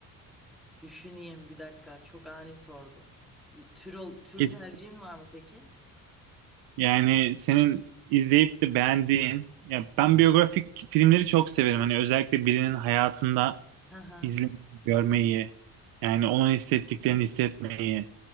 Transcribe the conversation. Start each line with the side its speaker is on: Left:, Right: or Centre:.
Centre: Düşüneyim bir dakika. Çok ani sordun. Tür, ol- tür
Right: Ki-
Centre: tercihin var mı peki?
Right: Yani senin izleyip de beğendiğin, ya ben biyografik filmleri çok severim. Hani özellikle birinin hayatında
Centre: Hı hı.
Right: izlemeyi, görmeyi, yani onun hissettiklerini hissetmeyi.